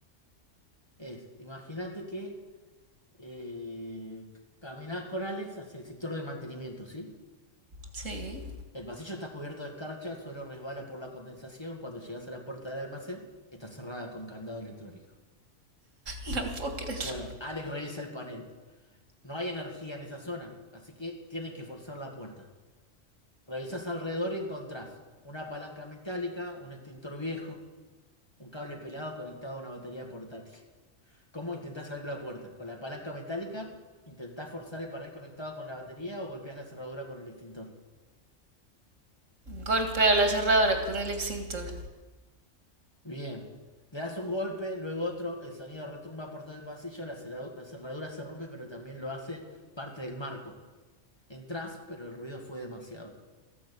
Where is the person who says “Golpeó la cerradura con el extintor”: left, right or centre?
Right